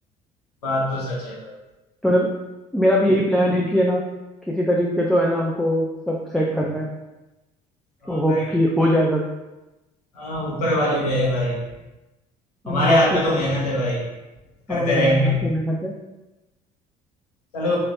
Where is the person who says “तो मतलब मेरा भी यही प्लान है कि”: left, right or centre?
Centre